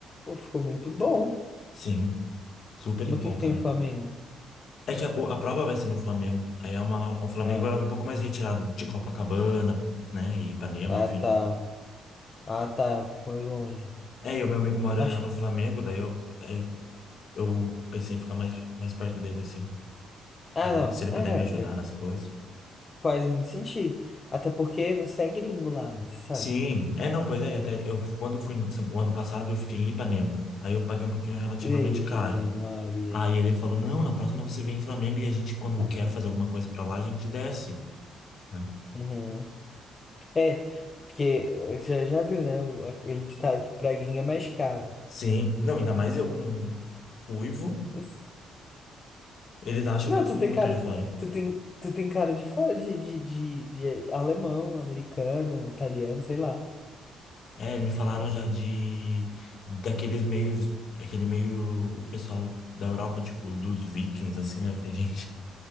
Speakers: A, on the left (about 25°); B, on the left (about 55°).
A: ficou muito bom.
B: Sim, super
A: Mas
B: em conta,
A: o que que tem
B: né?
A: o Flamengo?
B: É que a, o- a prova vai ser no Flamengo. Aí é uma, o Flamengo
A: Ah,
B: é um pouco mais retirado de Copacabana, né? E Ipanema,
A: ah
B: enfim.
A: tá. Ah tá, um pouco mais longe.
B: É, e o meu amigo mora
A: Acho...
B: no Flamengo, daí eu, eu, eu pensei em ficar mais, mais perto dele, assim.
A: Ah
B: Daí
A: não,
B: ele- se ele puder
A: é,
B: me ajudar
A: é, fa-
B: nas coisas.
A: faz muito sentido. Até porque você é gringo lá, né? Você sabe?
B: Sim, é não, pois é, até eu quando eu fui no, o ano passado eu fiquei em Ipanema. Aí eu paguei um pouquinho relativamente
A: Vixe,
B: caro.
A: Maria.
B: Aí ele falou: "Não, na próxima você vem em Flamengo e a gente quando quer fazer alguma coisa pra lá, a gente desce", né?
A: Uhum. É, porque eh, já, já viu, né? o- Aquele ditado que praguinha é mais caro.
B: Sim. Não, ainda mais eu com ruivo,
A: Mas-
B: eles acham
A: Não,
B: que eu sou
A: tu tem
B: muito
A: cara.
B: de fora.
A: de- Tu tem, tu tem cara de, fo- de, de, de, de alemão, americano, italiano, sei lá.
B: É, me falaram já de daqueles meios, aquele meio pessoal da Europa, tipo dos vikings assim, né? Eu falei, <laughs> gente,